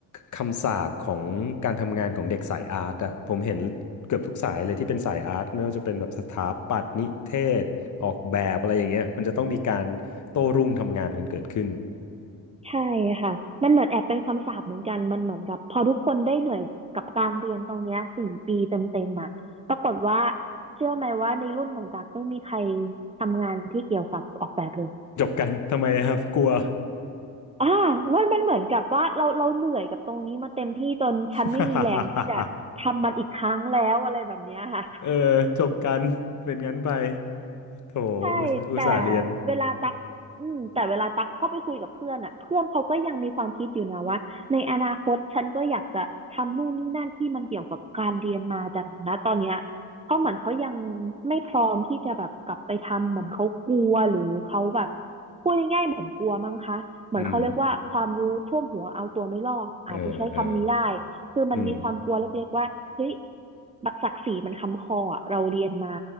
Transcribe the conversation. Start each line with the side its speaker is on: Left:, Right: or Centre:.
Left: คำสาปของการทำงานของเด็กสายอาร์ตอ่ะผมเห็นเกือบทุกสายเลยที่เป็นสายอาร์ตไม่ว่าจะเป็นแบบสถาปัตย์นิเทศออกแบบอะไรอย่างเงี้ยมันจะต้องมีการโต้รุ่งทำงานกันเกิดขึ้น
Right: ใช่ค่ะมันเหมือนแอบเป็นคำสาปเหมือนกันมันเหมือนกับพอทุกคนได้เหนื่อยกับการเรียนตรงเนี้ยสี่ปีเต็มๆอ่ะปรากฏว่าเชื่อไหมว่าในรุ่นของตักไม่มีใครทำงานที่เกี่ยวกับออกแบบเลย
Left: จบกันทำไมอะครับกลัว
Right: อ่ามันมันเหมือนกับว่าเราเราเหนื่อยกับตรงนี้มาเต็มที่จนฉันไม่มีแรงที่จะทำมันอีกครั้งแล้วอะไรแบบเนี้ยค่ะ
Left: <laughs> เออจบกันเป็นงั้นไปโถอุตส่าห์อุตส่าห์เรียน
Right: ใช่แต่เวลาตักอืมแต่เวลาตักเข้าไปคุยกับเพื่อนอ่ะเพื่อนเขาก็ยังมีความคิดอยู่นะว่าในอนาคตฉันก็อยากจะทำนู่นนี่นั่นที่มันเกี่ยวกับการเรียนมาแต่เหมือนนะตอนเนี้ยเขาเหมือนเขายังไม่พร้อมที่จะแบบกลับไปทำเหมือนเขากลัวหรือเขาแบบพูดง่ายๆเหมือนกลัวมั้งคะเหมือนเขาเรียกว่าความรู้ท่วมหัวเอาตัวไม่รอดอาจจะใช้คำนี้ได้
Left: อืมเออเออ
Right: คือมันมีความกลัวเล็กๆว่าเฮ้ย
Left: อืม
Right: บักศักดิ์ศรีมันค้ำคออะเราเรียนมา